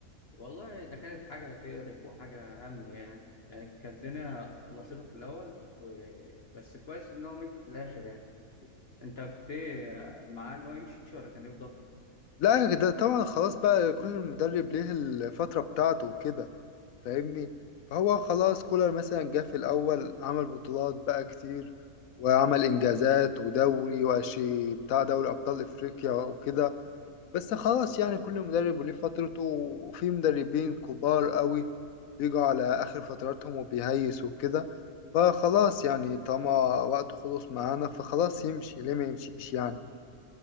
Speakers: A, on the left; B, on the left.
A: والله ده كانت حاجة تقرف وحاجة هم يعني يعني كانت الدنيا لطيفة في الأول و... بس كويس إن هو مشي في الآخر يعني أنت كنت إيه معاه إن هو يمشي ولا كان يفضل؟
B: لا ده طبعا خلاص بقى كل مدرب ليه الفترة بتاعته وكده فاهمني فهو خلاص كولر مثلا جه في الأول عمل بطولات بقى كتير وعمل إنجازات ودوري وأشي بتاع دوري أبطال إفريقيا وكده بس خلاص يعني كل مدرب وليه فترته وفي مدربين كبار قوي بيجوا على آخر فتراتهم وبيهيسوا وكده فخلاص يعني طالما وقته خلص معانا فخلاص يمشي ليه ما يمشيش يعني